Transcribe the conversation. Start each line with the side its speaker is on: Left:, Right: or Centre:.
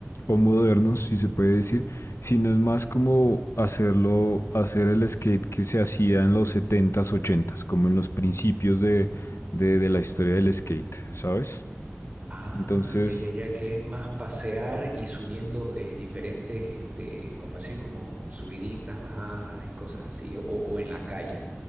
Left: o modernos, si se puede decir, sino es más como hacerlo, hacer el skate que se hacía en los setentas ochentas como en los principios de, de, de la historia del skate, ¿sabes?
Right: Ah,
Left: Entonces,
Right: ya, ya, ya, que es más pasear y subiendo eh, diferentes, este, como decir, como subiditas, bajadas y cosas así, o, o en la calle.